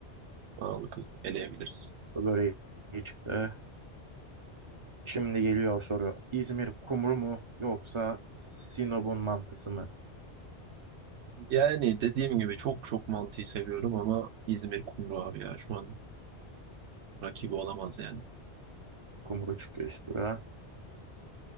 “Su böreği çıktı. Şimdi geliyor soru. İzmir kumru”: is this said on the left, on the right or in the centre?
Right